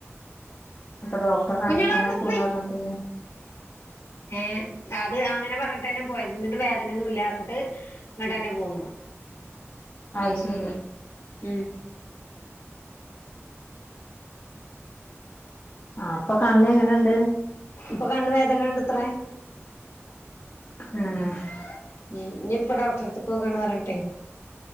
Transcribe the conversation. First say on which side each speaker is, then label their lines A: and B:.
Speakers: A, on the left; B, on the left.
A: ഞ്ഞിപ്പൊ ഡോക്ടറെ കാണിക്കാന
B: കുഞ്ഞോളെ അവിടുന്ന്
A: പോണർഞ്ഞിട്ട്
B: ഏ അത് അങ്ങനെ പറഞ്ഞിട്ടന്നെ പോയത് നട്ട് വേദനയൊന്നും ഇല്ലാർഞ്ഞിട്ട് ങ്ങട്ടന്നെ പോന്നു
A: അഹ് ശരി
B: ഉം
A: ആ പ്പൊ കണ്ണ് ങ്ങനെണ്ട്
B: പ്പൊ കണ്ണ് വേദനയണ്ടത്ര
A: ഉം
B: ഉം ഇഞ്ഞി പ്പോ ഡോക്ടറട്ത്ത്ക്ക് പോകാണർഞെയ്